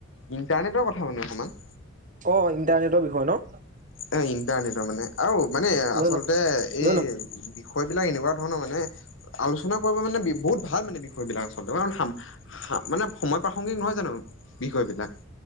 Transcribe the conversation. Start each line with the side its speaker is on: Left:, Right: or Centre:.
Left: ইণ্টাৰনেটৰ কথা মানে অকমান
Right: অ' ইণ্টাৰনেটৰ বিষয়ে ন?
Left: এহ ইণ্টাৰনেটৰ মানে আৰু মানে আচলতে
Right: লৈ ল
Left: এই
Right: লৈ ল
Left: বি ষয় বিলাক এনেকুৱা ধৰণৰ মানে, আলোচনা কৰিব মানে বি বহুত ভাল মানে বিষয় বিলাক আচলতে ইমান সাম সা মানে সময় প্ৰাসংগিক নহয় জানো বিষয় বিলাক?